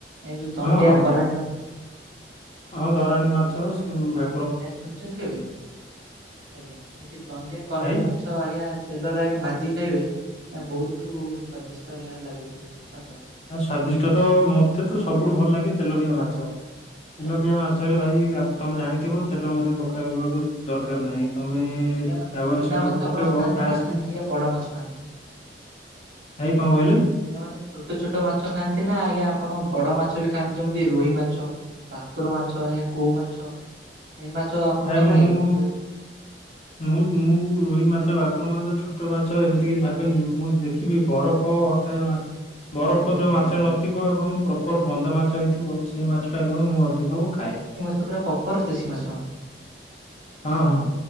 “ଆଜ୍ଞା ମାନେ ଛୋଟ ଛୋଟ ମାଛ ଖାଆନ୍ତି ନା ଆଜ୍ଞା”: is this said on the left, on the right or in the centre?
Right